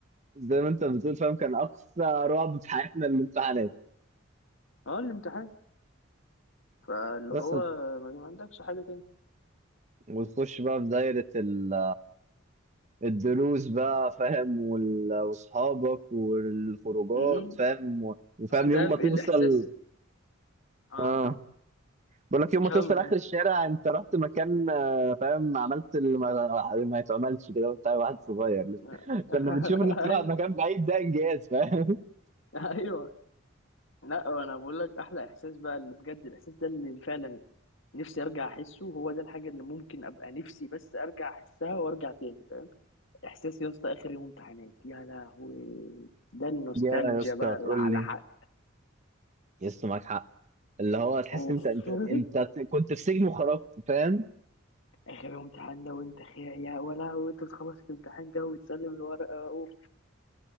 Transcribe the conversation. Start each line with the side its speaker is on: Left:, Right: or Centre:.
Right: زي ما انت بتقول فاهم كان اقصى رعب في حياتنا الامتحانات
Left: اه الامتحان فاللي
Right: بس
Left: هو ما ما عندكش حاجه تاني
Right: وتخش بقى في دايرة ال- الدروس بقى فاهم وال- واصحابك والخروجات
Left: امم
Right: فاهم و- وفاهم
Left: بس انت
Right: يوم
Left: عارف
Right: ما توصل
Left: ايه الاحساس اه
Right: اه
Left: كم
Right: بقول لك يوم ما
Left: كم
Right: توصل اخر
Left: كم.
Right: الشارع انت رحت مكان آه، فاهم عملت اللي ما, ما يتعملش كده وانت واحد صغير لسه
Left: <laughs>
Right: <laughs> كنا بنشوف انك تروح
Left: ايوه
Right: على مكان بعيد ده انجاز فاهم <laughs>
Left: ايوه لا انا بقول لك احلى احساس بقى اللي بجد الاحساس ده اللي فعلا نفسي ارجع احسه هو ده الحاجه اللي ممكن ابقى نفسي بس ارجع احسها وارجع تاني فاهم احساس يا اسطى اخر يوم امتحانات يا لهوي ده النوستالجيا
Right: يا يا اسطى
Left: بقى اللي
Right: تقول
Left: على
Right: لي
Left: حق
Right: يس معاك حق اللي هو تحس
Left: اوف
Right: انت انت
Left: <laughs>
Right: انت كنت في سجن وخرجت فاهم
Left: اخر امتحان ده وانت خير يا ولا هو انت بتخلص الامتحان كده وتسلم الورقه اوف